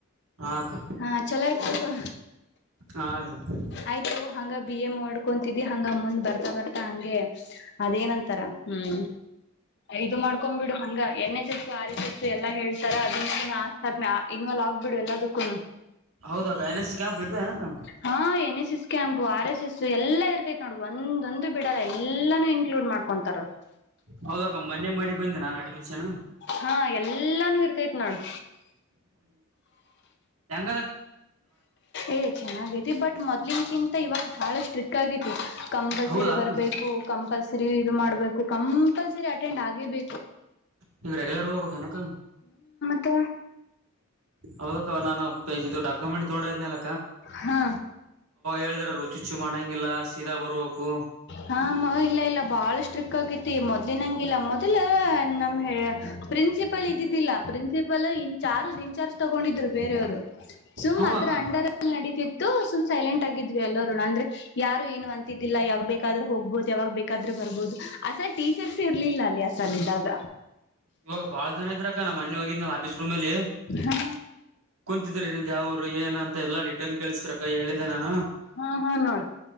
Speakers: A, on the right; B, on the left.
A: ಹಾ ಅಕ್ಕ
B: ಹಾ ಚಲೋ ಆಯ್ತ್ ತೊಗೊ
A: ಹಾ ಅಕ್ಕ
B: ಆಯ್ತಗೋ ಹಂಗ ಬಿ ಎ ಮಾಡಡ್ಕೊತಿದ್ದಿ ಹಂಗ ಮುಂದ್ ಬರ್ತ ಬರ್ತಾ ಹಂಗೆ ಅದೇನಂತಾರ ಹ್ಮ್ ಇದು ಮಾಡ್ಕೊ ಬಿಡು ಹಂಗ ಎನ್ ಸ್ ಆ ಎಲ್ಲ ಹ ಹೇಳ್ ತರ ಅದ್ರ ನ ಇನ್ ವಲಾ ಬಿಡು ಎಲ್ಲದಕ್ಕೂ
A: ಹೌದಾಗ ಎನ್ ಎಸ್ ಸಿ ಕ್ಯಾಪ್ ಇರ್ತ ಏನಕ
B: ಹಾ N S camp R S S ಎಲ್ಲಾ ಇರ್ತೈತ್ ನೋಡ್ ಒಂದೊಂದು ಬಿಡಲ್ಲ ಎಲ್ಲಾನು ಇನ್ಕ್ಲೂಡ್ ಮಾಡ್ಕೊಂತಾರ
A: ಹೌದಕ್ಕ ಮೊನ್ನೆ ಮಾಡಿ ಬಂದು ನಾನು ಅಡ್ಮಿಷನ್
B: ಹಾ ಎಲ್ಲಾನು ಇರ್ತೈತ್ ನೋಡ್
A: ಹ್ಮ
B: ಏ ಚೆನ್ನಾಗತಿ ಬಟ್ ಮೊದ್ಲಿನಕಿಂತ ಇವಾಗ ಬಾಳಷ್ಟು ಕಂಪಲ್ಸರಿ
A: ಹೌದಾ
B: ಬರ್ಬೇಕು
A: ಅಕ್ಕ
B: ಕಂಪಲ್ಸರಿ ಇದು ಮಾಡ್ಬೇಕು ಕಂಪಲ್ಸರಿ ್ರೆಂಡ್ ಆೇ ಬೇಕು
A: ನೀವ್ ರೆಗ್ಯುಲರ್ ಹೋಗ್ಬೇಕ ಅನಕ
B: ತ್ತ
A: ಹೌದ ನಾನ ಪೆಿ ಡಕ್ಯುಮೆಟ್ ತದಲ್ಲ
B: ಹಾ
A: ಹೇಳಿದ್ರರು ಹುಚ್ಚುಚ್ಚು ಮಾಡಂಗಿಲ್ಲ ಸೀದಾ ಬರ್ಬೇಕು
B: ಹ ಇಲ್ಲ ಇಲ್ಲ ಬಾಳ ಸ್ಟ್ರಿಕ್ ಆಗೇತಿ ಮೊದ್ಲಿನಂಗಿಲ್ಲ ಮೊದ್ಲ ನಮ ಹೇಳ ಪ್ರಿನ್ಸಿಪಲ್ ಇದ್ದಿದ್ದಿಲ್ಲ ಪ್ರಿನ್ಸಿಪಲ್ ಮ ಇನ್ಚಾರ್ಜ ಇನ್ಚಾರ್್ ತಗೊಂಡಿದ್ರು ಬೇರೆಯವರು ಸುಮ್
A: ಹ್ಮ
B: ಅದ್ರ
A: ಅಕ್ಕ
B: ಅಂಡರ್ ನಡತಿತ್ತು ಸುಮ್ ಸೈಲೆಂಟ್ ಆಗಿದ್ವಿ ಎಲ್ಲರೂ ಅಂದ್ರೆ ಯಾರು ಏನು ಅಂತಿದ್ದಿಲ್ಲ ಯಾವ ಬೇಕಾದ್ರ ಹೋಗ ಹೋಗ್ಬೋದು ಯಾವಾಗ್ ಬೇಕಾದ್ರೂ ಬರ್ಬೋದು ಅಸಲ್ ಟೀಚರ್ಸ್ ಇರ್ಲಿಲ್ಲ ಅಲ್ಲಿ ಅಸಲ್ ಇದ್ದಾಗ
A: ಇವಾಗ ಬಾಳ ಜನ ಇದ್ರಕ್ಕ ನಮ್ಮ ಮನೆ ಹೋಗಿದನಾ ಆಫೀಸ್ ರೂಮ್ ಅಲ್ಲಿ
B: ಹಾ
A: ಕುಂತಿದ್ರ ನಿಂದು ಯಾವರು ಏನ್ ಏನ ಅಂತ ಎಲ್ಲಾ ಡಿಟೇಲ್ ಕೇಳಿಸಸ್ರ ಹೇಳಿದೆೆ ನಾನು
B: ಹಾ ಹಾ ನೋಡ